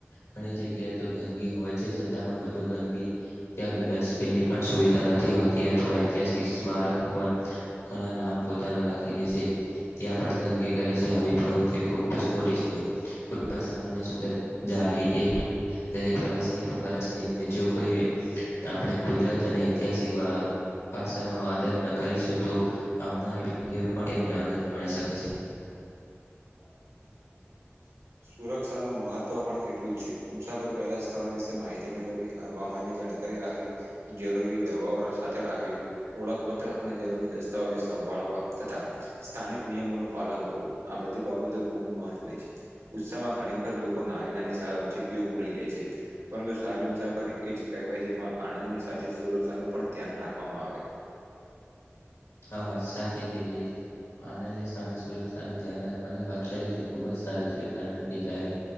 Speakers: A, on the left (about 80°); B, on the right (about 80°).
A: ઘણી જગ્યાએ તો ગંદગી હોય છે, છતાં પણ વધુ ગંદકી, ત્યાં તો ડસ્ટબિનની પણ સુવિધા નથી હોતી, અથવા ઐતિહાસિક મારકો પણ ઘણા નામ પોતાના લખી દે છે. ત્યાં પણ ગંદકી કરે છે, આવી પ્રવૃતિ ખુબજ ખોટી છે. કો પણ સની સુંદર જાળવી એ દરેક પ્રવાસી ની ફરજ છે. જો કોઈ આપણે કુદરત અને ઐતિહાસિક વા વારસાનો આદર ન કર કરીશું તો આવનારી પેઢીઓ પણ તેનો માણી શકે છે.
B: <inaudible> સુરક્ષાનું મહત્વ પણ એટલું જ છે, મુસાફરી પહેલા સ્થળ વિશે માહિતી મેળવી, હવામાનની જાણ કારી રાખવી, જરૂરી દવાઓ સાથે રાખવી. ઓળખપત્ર અને જરૂરી દસ્તાવેજો સંભાળવા, તથા સ્થાનિક નિયમોનું પાલન કરવું, આ બધી બાબતો ખુબ મહત્વની છે. ઉત્સાહમાં ઘણી વખત લોકો નાની નાની સાવચિતતીઓ ભૂલી જાય છે. પરંતુ સારી મુસાફરી એ જ કહેવાય, જેમાં આનંદની સાથે સુરક્ષાનું પણ ધ્યાન રાખવામાં આવે.
A: આ વાત સાચ તે જી. આનંદની સાથે સુરક્ષાનું ધ્યાન રાખવાની વાત કરી, તે ખુબ જ સારી છે, કારણ કે જ્યારે